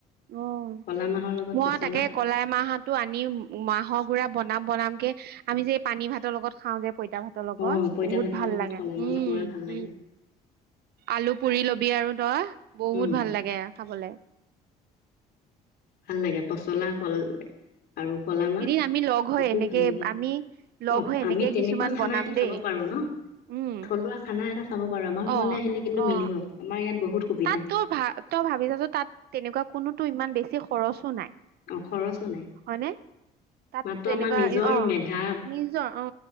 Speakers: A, on the right; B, on the left.
A: অ'
B: ক'লা মাহৰ লগত
A: মই
B: পচলা
A: তাকে কলাই মাহটো আনি মাহৰ গুৰা বনাম বনাম কে আমি যে এই পানী ভাতৰ লগত খাওঁ যে? পইটা ভাতৰ লগত
B: অ পইতা
A: বহুত
B: ভাতৰ
A: ভাল
B: লগত
A: লাগে
B: ক'লা মাহৰ
A: উম
B: গুৰা ভাল লাগে
A: উ আলু পুৰি লবি বি আৰু দহ বহুত
B: উম
A: ভাল লাগে খাবলে।
B: ভাল লাগে পচলা কল আৰু কলা মাহ
A: এদিন আমি লগ হৈ
B: সেইটোও
A: এনেকে
B: ভাল লাগে।
A: আমি লগ
B: অ'
A: হৈ এনেকে
B: আমি তেনেকুৱা
A: কিছুমান
B: খানা
A: বনাম
B: এটা
A: দেই
B: খাব পাৰো ন?
A: উম
B: থলুৱা খানা এটা খাব পাৰো আমাৰ
A: অ
B: ঘৰলৈ আহিলে কিন্তু
A: অ
B: মিলিব। আমাৰ ইয়াত বহুত সুবিধা
A: তাত তই ভ তই ভাবি চাচোন তাত তেনেকুৱা কোনো টো ইমান বেছি খৰচো নাই।
B: অ' খৰচো নাই।
A: হয়নে তাত
B: মাত্ৰ
A: তেনেকুৱা
B: আমাৰ নিজৰ
A: অ
B: মেধা
A: নিজৰ অ